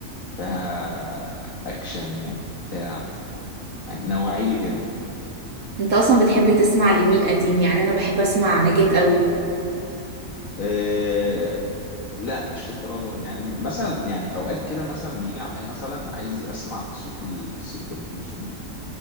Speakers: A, on the left; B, on the right.
A: فيها اكشن وبتاع يعني نوعي لي كده
B: انت اصلا بتحب تسمع لمين قديم يعني انا بحب اسمع نجاة قوي
A: أه لا مش للدرجه دي يعني مثلا يعني اوقات كده مثلا بيجي عليا مثلا عايز اسمع صوت الست ام كلثوم